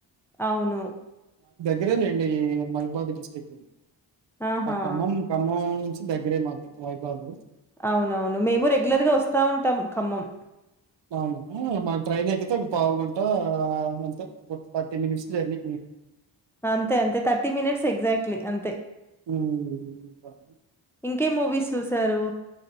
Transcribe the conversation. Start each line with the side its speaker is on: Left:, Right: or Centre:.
Centre: అవును
Right: గ్గరే నండి మహబాద్ డిస్టిక్ట్
Centre: ఆహా
Right: కమం కమ ఖమ్మం ఖమ్మం నుంచి దగ్గరే మాకు మహాభాదు
Centre: అవునవును మేము రెగ్యులర్ గా వస్తా ఉంటాం ఖమ్మం
Right: అవున మాకు ట్రైన్ ఎక్కితే ఒక పావు గంట అంతే థర్టీ మినిట్స్ జర్నీ
Centre: అంతే అంతే థర్టీ మినిట్స్ ఎగ్జాక్ట్లీ అంతే
Right: మ్మ్
Centre: ఇంకే మూవీస్ చూసారు